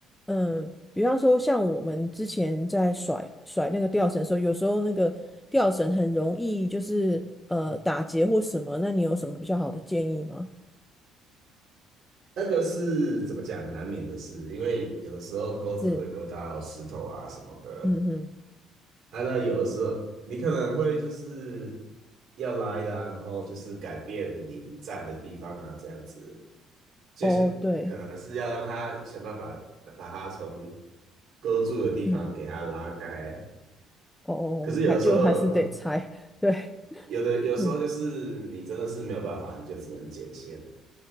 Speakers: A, in the centre; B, on the right (about 50°).
A: 嗯，比方说像我们之前在甩甩那个吊绳的时候，有时候那个吊绳很容易就是呃打结或什么，那你有什么比较好的建议吗？
B: 那个是怎么讲，难免的事，因为有的时候钩子会勾到石头啊什么的，
A: 是，嗯哼，
B: 啊，那有的时候你可能会就是要拉的啊，然后就是改变你站的地方啊，这样子，就是可能是要让他想办法把他从
A: 哦，对，
B: 勾住的地方给他拉开。
A: 嗯，哦哦，
B: 可是有的时候，
A: 还就还是得拆，<laughs> 对，
B: 有的有时候就是你真的是没有办法，
A: 嗯，
B: 你就只能剪线，